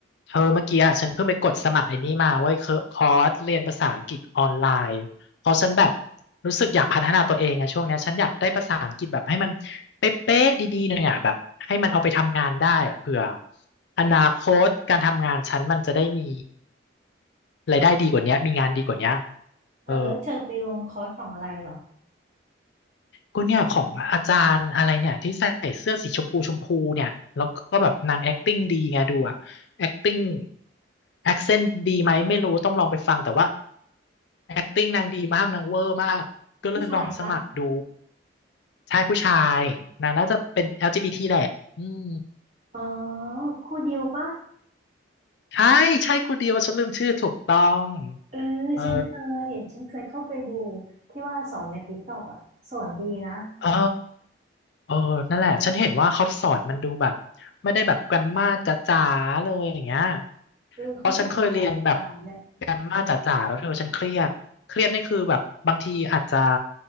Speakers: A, on the left; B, on the right.
A: เธอเมื่อกี้อ่ะฉันเพิ่งไปกดสมัครไอ้นี่มาเว้ยเคอคอร์สเรียนภาษาอังกฤษออนไลน์เพราะฉันแบบรู้สึกอยากพัฒนาตัวเองไงช่วงเนี้ยฉันอยากได้ภาษาอังกฤษแบบให้มันเป๊ะๆดีๆหน่อยอ่ะแบบให้มันเอาไปทำงานได้อะเผื่ออนาคตการทำงานฉันมันจะได้มีรายได้ดีกว่าเนี้ยมีงานดีกว่าเนี้ย
B: อ่าแล้วเธอไปลงคอร์สของอะไรเหรอ
A: เออ ก็เนี่ยของอาจารย์อะไรเนี่ยที่ใส่เสื้อสีชมพูชมพูเนี่ยแล้วก็แบบนาง acting ดีไงดูอะ acting accent ดีไหมไม่รู้ต้องลองไปฟังแต่ว่า acting นางดีมากนางเวอร์มากก็เลยลองสมัครดู
B: ผู้ชายปะ
A: ชายผู้ชายนางน่าจะเป็น LGBT แหละอืม
B: อ๋อครูดิวปะ
A: ใช่ใช่คนเดียวฉันลืมชื่อถูกต้อง
B: เออฉันเคยฉันเคยเข้าไปดู
A: เออ
B: ที่ว่าสอนในติ๊กต็อกอ่ะสอนดีนะ
A: เออเออนั่นแหละฉันเห็นว่าเขาสอนมันดูแบบไม่ได้แบบแกรมมาจ๋าๆเลยอย่างเงี้ย
B: เออเขาสอนสบายสบายเลย
A: เพราะฉันเคยเรียนแบบแกรมมาจ๋าๆแล้วเธอฉันเครียดเครียดนี่คือแบบบางทีอาจจะ